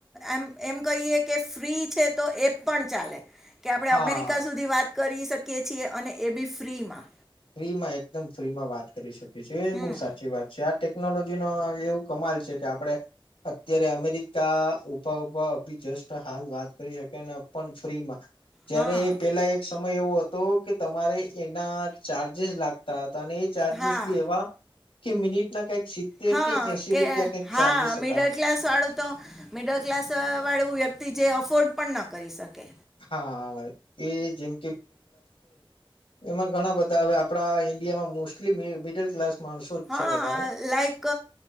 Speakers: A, in the centre; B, on the left.
A: આમ એમ કહીએ કે ફ્રી છે તો એપ પણ ચાલે કે આપણે
B: હા
A: અમેરિકા સુધી વાત કરી શકીએ છીએ અને એ બી ફ્રીમાં
B: ફ્રીમાં એકદમ ફ્રીમાં વાત કરી શકે છે એ
A: હમ
B: બહુ સાચી વાત છે આ ટેકનોલોજીનો આવ એવું કમાલ છે કે આપણે અત્યારે અમેરિકા ઉભા ઉભા અભીજસ્ટ હાલ વાત કરી શકે ને પણ ફ્રીમાં જયારેે
A: હા
B: પેલા એક સમય એવો હતો કે તમારે એના ચાર્જેસ લાગતા તાની ચાર્જિસ
A: હા
B: બી એવા કે મિનિટના કઈક સિત્તેર
A: હા
B: એસી
A: કે
B: રૂપિયા કઈક
A: હા
B: ચાર્જેસ
A: મિડલ
B: હતા
A: ક્લાસ વાળું તો મિડલ ક્લાસ વાળું વ્યક તી જે અફોર્ડ પણ ન કરી શકે.
B: હા એ જેમ એમાં ઘણા બધા અવે આપણા ઈન્ડિયામાં મોસ્ટલી મિ મિડલ ક્લાસ માણસો જ
A: હા
B: છે વધારે
A: like